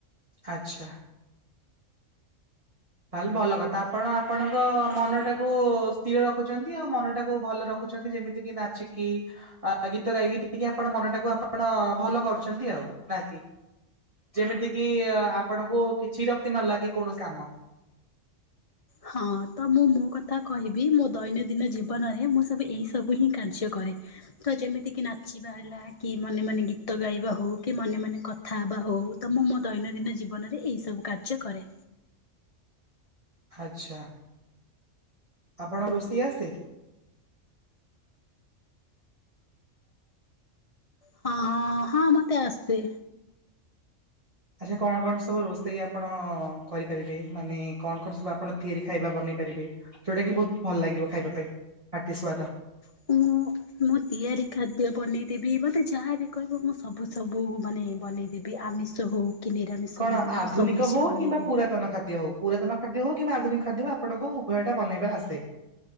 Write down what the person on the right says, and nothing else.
ଆଚ୍ଛା। ତାହେଲେ ଭଲ କଥା ଆପଣ ଆପଣଙ୍କ ମନଟାକୁ ସ୍ଥିର ରଖୁଛନ୍ତି ଆଉ ମନଟାକୁ ଭଲ ରଖ ରଖୁଛନ୍ତି ଯେମିତି କିି ନାଚିକି। ଆ ଗୀତ ଗାଇକି ଟିକେ ଆପଣ ମନଟାକୁ ଆପଣ ଭଲ କରୁଛନ୍ତି ଆଉ ନା କି। ଯେମିତି କିି ଆପଣଙ୍କୁ କିଛି ବିରକ୍ତି ନ ଲାଗେ କୋଉଣି କାମ।
ଆଛା ଆପଣ ରୋଷେଇ ଆସେ।
ଆଚ୍ଛା କଣ କଣ ସବୁ ରୋଷେଇ ଆପଣ କରିପାରିବେ, ମାନେ କଣ କଣ ସବୁ ଆପଣ ତିଆରି ଖାଇବା ବନେଇ ପାରିବେ? ଯୋଉଟା କି ବହୁତ ଭଲ ଲାଗିବ ଖାଇବା ପାଇଁ ପାଟି ସୁଆଦ।
କଣ
ଆଧୁନିକ
ହଉ
କିମ୍ବା ପୁରାତନ ଖାଦ୍ୟ ହଉ। ପୁରାତନ ଖାଦ୍ୟ ହଉ କିମ୍ବା ଆଧୁନିକ ଖାଦ୍ୟ ହଉ ଆପଣଙ୍କୁ ଉଭୟଟା ବନେଇବା ଆସେ।